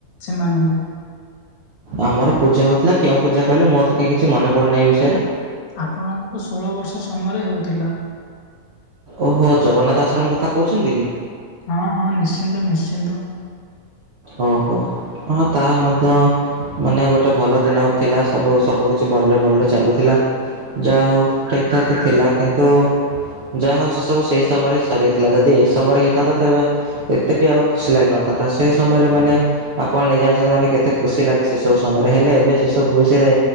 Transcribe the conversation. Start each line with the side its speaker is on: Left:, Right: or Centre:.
Left: ସେମାନଙ୍କୁ।
Right: ଆମର ପୂଜା ହଉଥିଲା କେଉଁ ପୂଜା କହିଲେ ମୋରତ କାଇଁ କିଛି ମେ ପଡୁ ନାହିଁ ଏଇ ବିଷୟରେ।
Left: ଆପଣଙ୍କୁ ତ ଷୋହଳ ବର୍ଷ ସମୟରେ ହୋଉଥିଲା।
Right: ଓହୋ ଜଗନ୍ନାଥ ଆଶ୍ରମ କଥା କହୁଛନ୍ତି କି?
Left: ହଁ ହଁ ନିଶ୍ଚିନ୍ତ ନିଶ୍ଚିନ୍ତ।
Right: ଓହୋ ହ ତାହା ମଧ୍ୟ ମାନେ ଗୋଟେ ଭଲ ଦିନ ଆଉ ଥିଲା ସବୁ ସବୁ କିଛି ଭଲରେ ଭଲରେ ଚାଲୁଥିଲା। ଯାହା ହଉ ଠିକ ଠାକ୍ ଥିଲା କିନ୍ତୁ? ଯାହା ହଉ ସେ ସବୁ ସେଇ ସମୟରେ ସରିଯାଇଥିଲା ଯଦି ଏଇ ସମୟରେ ହେଇଥାନ୍ତା ତେବେ ଏତେ ବି ଆଉ ଖୁସି ଲାଗିନଥାନ୍ତା ସେ ତମେରେ ମାନେ ଆପଣ ନିଜେ ଆଣିଛନ୍ତି ମାନେ କେତେ ଖୁସି ଲାଗେ ସେ ସବୁ ସମୟରେ ହେଲେ ଏବେ ସେସବୁ ବିଷୟରେ